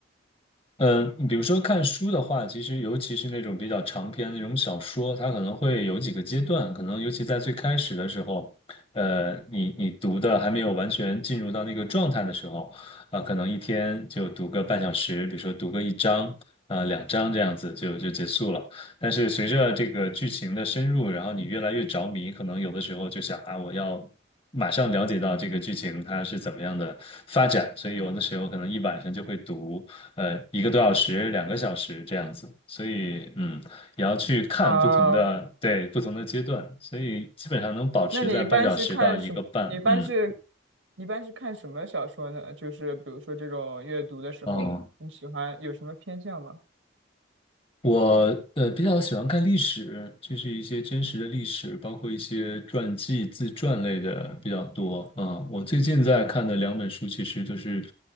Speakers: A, on the left; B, on the right.
A: 嗯，呃比如说看书的话，其实尤其是那种比较长篇的那种小说，它可能会有几个阶段，可能尤其在最开始的时候，呃，你你读的还没有完全进入到那个状态的时候，啊、可能一天就读个半小时，比如说读个一章，呃，两章这样子就就结束了。但是随着这个剧情的深入，然后你越来越着迷，可能有的时候就想啊，我要。马上了解到这个剧情它是怎么样的发展，所以有的时候可能一晚上就会读，呃一个多小时、两个小时这样子，所以嗯，也要去看不同的，
B: 啊，
A: 对，不同的阶段，所以基本上能保持在半小时到一个半，
B: 那你一般是看什么？你一般是
A: 嗯，
B: 一般是看什么小说呢？就是比如说这种阅读的时候，
A: 嗯哦，
B: 你喜欢有什么偏向吗？
A: 我呃比较喜欢看历史，就是一些真实的历史，包括一些传记、自传类的比较多。嗯，我最近在看的两本书，其实就是，